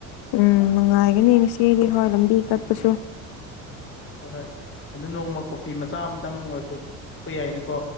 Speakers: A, on the left; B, on the left.
A: ꯎꯝ ꯅꯨꯡꯉꯥꯏꯒꯅꯤ ꯉꯁꯤꯗꯤ ꯍꯣꯏ ꯂꯝꯕꯤ ꯆꯠꯄꯁꯨ
B: ꯎꯝ ꯍꯣꯏ ꯍꯣꯏ ꯑꯗꯨ ꯅꯣꯡꯃ ꯀꯣꯐꯤ ꯃꯆꯥ ꯑꯃꯇꯪ ꯑꯣꯏꯔꯁꯨ ꯊꯛꯄ ꯌꯥꯏꯅꯤꯀꯣ